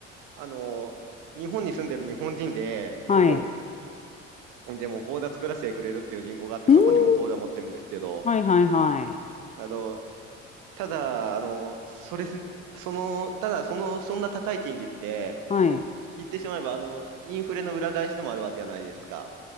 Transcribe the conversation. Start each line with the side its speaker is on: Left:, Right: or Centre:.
Right: あの、日本に住んでる日本人で、えっと、
Left: はい。
Right: でも口座作らせてくれるっていう銀行があって、
Left: うん。
Right: そこにも口座持ってるんですけど、
Left: はいはいはい。
Right: あの、ただ、あの、それすね、その、ただ、その、そんな高い賃利って、
Left: はい。
Right: 言ってしまえば、あの、インフレの裏返しでもあるわけじゃないですか。